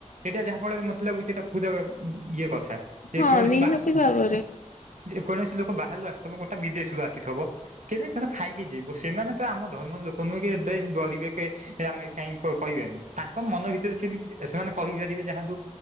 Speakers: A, on the right (about 70°); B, on the left (about 85°).
A: ଏଇଟା ଯାହା ଫଳରେ ମତେ ଲାଗୁଚି ଏଇଟା ପୂରା ଇ -ଇଏ କଥା ଯେ
B: ହଁ
A: କୌଣସି
B: ନିହାତି
A: ବାହା
B: ଭାବରେ
A: ଯେ କୌଣସି ଲୋକ ବାହାରୁ ଆସିଥିବ କୋଥା ବିଦେଶରୁ ଆସିଥିବ କେବେ ତାହା ଖାଇକି ଯିବ ସେମାନେ ତ ଆମ ଧର୍ମର ଲୋକ ନୁହେଁ କି ବେଶ ଡରିବେ କେ ଆମେ କାହିଁ କ-କହିବେନି ତାଙ୍କ ମନ ଭିତରେ ସେ -ସେମାନେ କହିପାରିବେ ଯାହାନ୍ତୁ